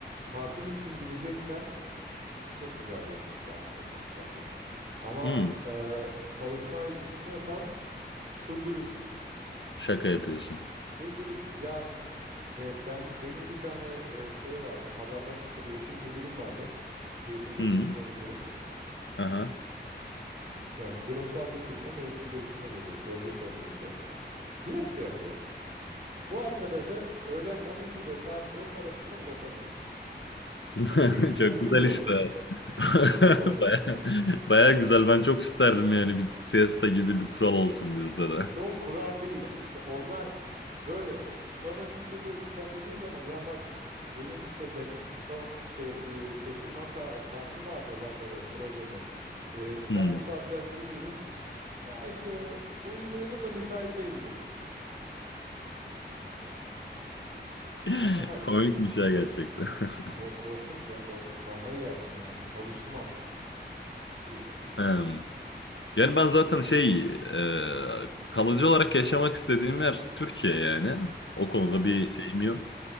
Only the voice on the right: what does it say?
tatil için gideceksen çok güzel bir yer. Gerçekten çok güzel bir yer. Ama
e, çalışmayı düşünüyorsan çıldırırsın.
Çıldırırsın. Ya E, ben benim bir tane e, şey vardı. Pazarlama şey, eğitim müdürüm vardı. Eğitim geliştirme
müdürü.
Yani kurumsal bir firmanın eğitim geliştirme müdürü, bölge sorumlusu. CS de yapıyor. Bu arkadaşa öğlen 12 ile saat 4 arasında ulaşamıyorsun.
Uy
uyuyor.
Uyuyor.
İşte o kural değil. İşte onlar böyle. Sonrasında da sen dediğin zaman ya bak benim işte dead- son işte e, teslimat ta- saatim vardı raporu, projemi. E, sen
bu saatlerde uyuyordun. Ya işte uyumuyordum da müsait değildim.
O kafayla
kor korkunç ya korkunç kafayı yersin yani çalışılmaz. İyi.
Aa
okey.